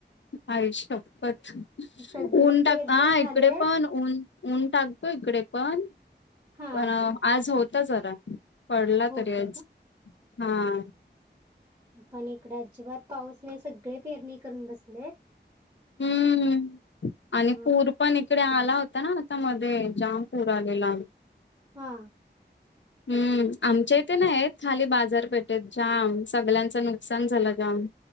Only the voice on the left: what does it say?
आई शपथ!
ऊन टाकत
हा
इकडे पण ऊन ऊन टाकतो, इकडे पण
पण आज होता जरा पडला
तरी, आज हा
हम्म. आणि
पुर पण इकडे आला होता ना, आता मध्ये जाम पुर आलेला.
हम्म आमच्या इथे नाही, खाली बाजारपेठेत जाम सगळ्यांचं नुकसान झालं जाम